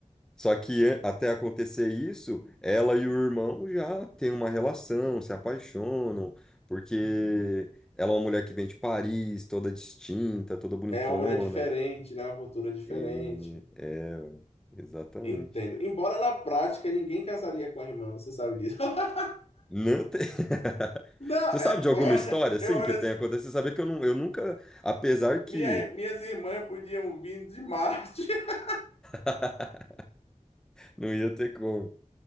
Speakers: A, in the centre; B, on the left.
A: Só que an- até acontecer isso, ela e o irmão já têm uma relação, se apaixonam, porque ela é uma mulher que vem de Paris, toda distinta, toda bonitona,
B: É uma mulher diferente, né? Uma cultura diferente.
A: e é, exatamente.
B: Entendo. Embora na prática ninguém casaria com a irmã, você sabe disso. <laughs>
A: Não tem. <laughs>
B: Não,
A: Você sabe
B: é,
A: de alguma história assim
B: eu olho,
A: que
B: assim,
A: tenha acontecido? saber que eu, não, eu nunca, apesar
B: minha,
A: que
B: minhas irmãs podiam vir de Marte. <laughs>
A: <laughs> não ia ter como.